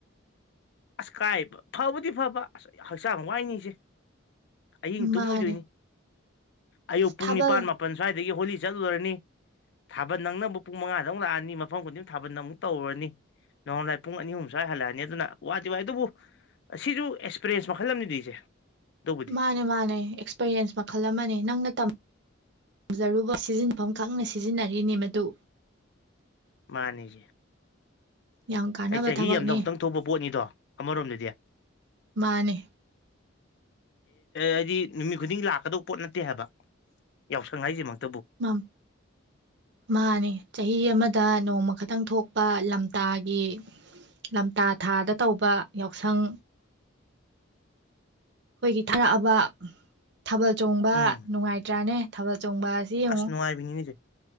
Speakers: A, on the left (about 55°); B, on the right (about 55°).
A: ꯑꯁ ꯀꯥꯏ ꯐꯕꯨꯗꯤ ꯐꯕ ꯑꯁ ꯍꯛꯆꯥꯡ ꯋꯥꯏꯅꯤꯁꯦ ꯑꯍꯤꯡ ꯇꯨꯝꯃꯣꯏꯗꯣꯏꯅꯤ
B: ꯃꯥꯅꯦ
A: ꯑꯌꯨꯛ ꯄꯨꯡ
B: ꯊꯥꯕꯜ
A: ꯅꯤꯄꯥꯥꯟ ꯃꯥꯄꯜ ꯁ꯭ꯋꯥꯏꯗ ꯑꯗꯒꯤ ꯍꯣꯂꯤ ꯆꯠꯂꯨꯔꯅꯤ ꯊꯥꯕꯜ ꯅꯪꯅꯕ ꯄꯨꯡ ꯃꯉꯥꯗ ꯑꯃꯨꯛ ꯂꯥꯛꯑꯅꯤ, ꯃꯐꯝ ꯈꯨꯗꯤꯡꯃꯛ ꯊꯥꯕꯜ ꯑꯃꯨꯛ ꯇꯧꯔꯨꯔꯅꯤ ꯅꯣꯉꯥꯜꯂꯝꯗꯥꯏ ꯄꯨꯡ ꯑꯅꯤ- ꯑꯍꯨꯝ ꯁ꯭ꯋꯥꯏ ꯍꯜꯂꯛꯑꯅꯤ ꯑꯗꯨꯅ ꯋꯥꯗꯤ ꯋꯥꯏ ꯑꯗꯨꯕꯨ ꯑꯁꯤꯖꯨ ꯑꯦꯛꯁꯄꯤꯔꯦꯟꯁ ꯃꯈꯜ ꯑꯃꯅꯤꯗ ꯏꯆꯦ꯫ ꯑꯗꯨꯕꯨꯗꯤ
B: ꯃꯥꯅꯦ- ꯃꯥꯅꯦ ꯑꯦꯛꯁꯄꯤꯔꯤꯌꯦꯟꯁ ꯃꯈꯜ ꯑꯃꯅꯦ ꯅꯪꯅ ꯇꯝꯖꯔꯨꯕ ꯁꯤꯖꯤꯟꯅꯐꯝ ꯈꯪꯅ ꯁꯤꯖꯤꯟꯅꯔꯤꯅꯤ ꯃꯗꯨ꯫
A: ꯃꯥꯅꯤꯅꯦ꯫
B: ꯌꯥꯝ ꯀꯥꯟꯅꯕ
A: ꯑꯩ ꯆꯍꯤ
B: ꯊꯕꯛꯅꯤ
A: ꯑꯃꯗ ꯑꯃꯨꯛꯇꯪ ꯊꯣꯛꯄ ꯄꯣꯠꯅꯤꯗꯣ ꯑꯃꯔꯣꯝꯗꯗꯤ꯫ ꯑꯩ
B: ꯃꯥꯅꯦ
A: ꯍꯥꯏꯗꯤ ꯅꯨꯃꯤꯠ ꯈꯨꯗꯤꯡꯒꯤ ꯂꯥꯛꯀꯗꯧꯕ ꯄꯣꯠ ꯅꯠꯇꯦ ꯍꯥꯏꯕ, ꯌꯥꯎꯁꯪ ꯍꯥꯏꯁꯤꯃꯛꯇ꯫
B: ꯃꯝ ꯃꯥꯅꯤ꯫ ꯆꯍꯤ ꯑꯃꯗ ꯅꯣꯡꯃ ꯈꯛꯇꯪ ꯊꯣꯛꯄ ꯂꯝꯇꯥꯒꯤ ꯂꯝꯇꯥ ꯊꯥꯗ ꯇꯧꯕ ꯌꯥꯎꯁꯪ ꯑꯩꯈꯣꯏꯒꯤ ꯊꯥꯔꯛꯑꯕ ꯊꯥꯕꯜ ꯆꯣꯡꯕ
A: ꯎꯝ
B: ꯅꯨꯡꯉꯥꯏꯇ꯭ꯔꯥꯅꯦ? ꯊꯕꯜ ꯆꯣꯡꯕꯥ ꯑꯁꯤ ꯌꯦꯡꯉꯨ
A: ꯑꯁ ꯅꯨꯡꯉꯥꯏꯕꯤꯅꯤꯅꯦ ꯏꯆꯦ